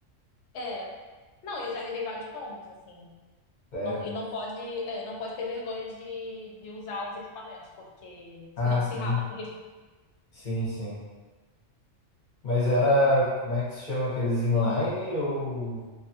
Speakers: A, on the left; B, on the left.
A: É. Não, e eu já levei vários tombos, assim.
B: É,
A: Não, e não pode, é, não pode ter vergonha de, de usar os equipamentos, porque senão
B: Ah, sim.
A: se rala mesmo.
B: Sim, sim. Mas era, como é que se chama aqueles inline ou,